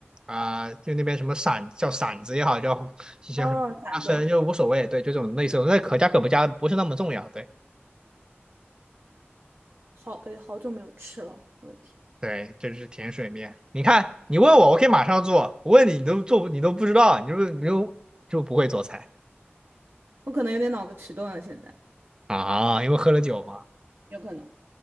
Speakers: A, on the right (about 20°); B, on the right (about 60°).
A: 啊、呃就那边什么散叫馓子也好，叫 <laughs> 一些很花生，
B: 啊，攒个
A: 就无所谓，对，就这种类似那可加可不加不是那么重要，对。
B: 好，感觉好久没有吃了，我的天，
A: 对，这是甜水面。你看，你问我，我可以马上做；我问你，你都做不你都不知道，你就你就就不会做菜
B: 我可能有点脑子迟钝了，现在
A: 啊？因为喝了酒嘛。
B: 有可能。